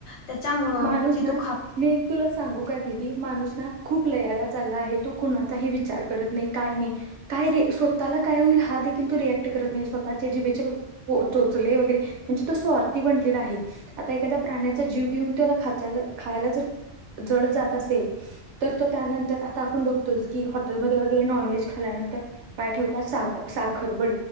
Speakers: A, on the left (about 70°); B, on the right (about 75°).
A: त्याच्यामुळं
B: माणूस
A: कि
B: ना
A: तो खातो
B: मी एक तुला सांगू का दिदी माणूस ना खूप लयाला चालला आहे तो कुणाचाही विचार करत नाही काही नाही काय र स्वतःला काय होईल हा देखील त रिएक्ट करत नाही स्वतःच्या जिभेच्या चोचले वगैरे म्हणजे तो स्वार्थी बनलेला आहे आता एखाद्या प्राण्याचा जीव घेऊन त्याला खायला जर जड जात असेल तर तो त्यानंतर आता आपण बघतोय की हॉटेलमध्ये वगैरे नॉनव्हेज खायला पाय ठेवतात सा
A: हो
B: साखर ब